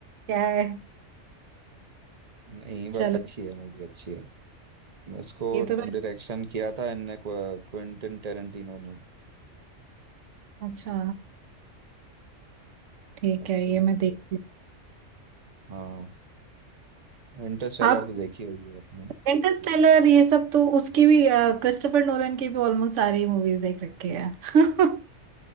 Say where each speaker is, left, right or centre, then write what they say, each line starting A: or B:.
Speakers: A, on the right (about 75°); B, on the right (about 35°).
A: क्या है
B: नहीं
A: चलो
B: बट अच्छी है मूवी अच्छी है इसको
A: ये तो मैं
B: डायरेक्शन किया था इनने क्विंटन टेरेंटिनो ने
A: अच्छा ठीक
B: अच्छी
A: है ये
B: मूवी
A: मैं देखती
B: है वो। हाँ इंटरस्टेलर
A: हूँ आप
B: तो देखी होगी आपने
A: इंटरस्टेलर ये सब तो उसकी भी क्रिस्टोफर नोलन की भी ऑलमोस्ट सारी मूवीज देख रखी है <laughs>